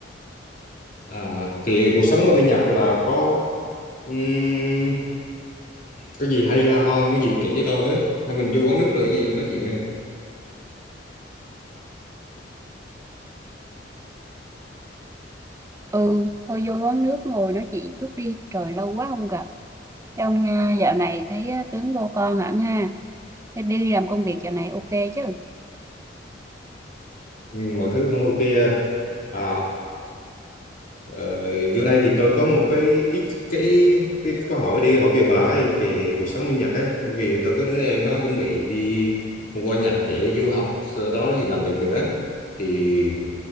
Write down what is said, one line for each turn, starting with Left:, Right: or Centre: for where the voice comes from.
Left: À, thì cuộc sống ở bên Nhật là có ừm, có gì hay ho ho có gì kể cho tôi với hay mình vô quán nước rồi cái gì nói chuyện đây
Right: Ừ, thôi vô quán nước ngồi nói chuyện chút đi. Trời, lâu quá không gặp. Thế Ông ờ, dạo này thấy ờ, tướng vô con hẳn ha. Thế đi làm công việc dạo này ok chứ?
Left: ừ, mọi thứ vẫn ok à, Ờ, vô đây thì tôi có một cái ít cái, cái câu hỏi đi hỏi về bà ấy về cuộc sống bên Nhật ấy bởi vì tôi có đứa em nó chuẩn bị đi qua Nhật để du học sau đó thì làm việc nữa thì